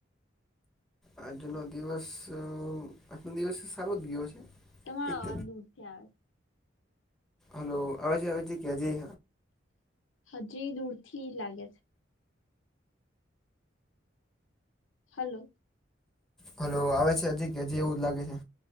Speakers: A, in the centre; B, on the left (about 85°).
A: આજનો દિવસ આજનો દિવસ સારો જ ગયો છે.
B: તમારો
A: એક
B: અવાજ દૂર થી આવે.
A: હલો અવાજી અવાજી ક્યા જ.
B: હજી દૂરથી લાગે છે. હલો.
A: હલો આવે છે હજી કે હજી એવું જ લાગે છે.